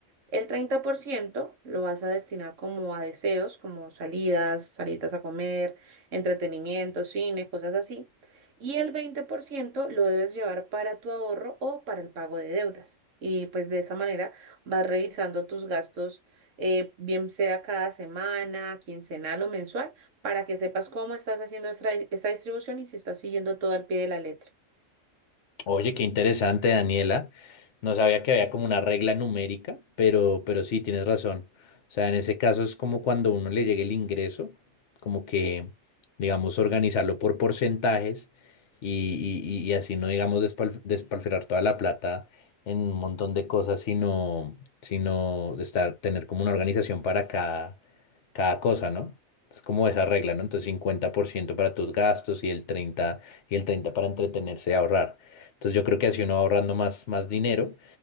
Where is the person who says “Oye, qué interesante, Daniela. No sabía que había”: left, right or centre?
Left